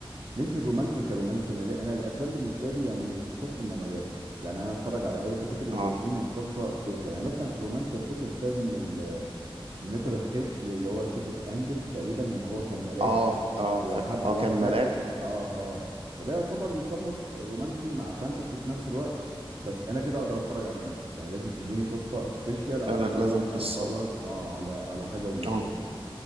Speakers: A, on the right; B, on the right.
A: مش الرومانسي كرومانسي أنا أنا الأفلام بالنسبة لي يعني القصة المميزة يعني أنا أتفرج على أي كاتيجوري بس
B: اه
A: تكون القصة سبيشال يعني مثلا في الرومانسي أفتكر فيلم ال- آه، نيكولاس كيدج اللي هو سيتي أوف أنجلز تقريبا لما هو كان ملاك
B: اه اه
A: وحب
B: فاكره اه
A: واحدة
B: كان ملاك و...
A: اه اه فده يعتبر يصنف رومانسي مع فانتسي في نفس الوقت بس انا كده اقدر اتفرج على رومانسي يعني لازم تديني قصة سبيشيال عشان
B: انا لازم
A: اقدر
B: قصه
A: اتفرج اه على على حاجة رومانسية
B: اه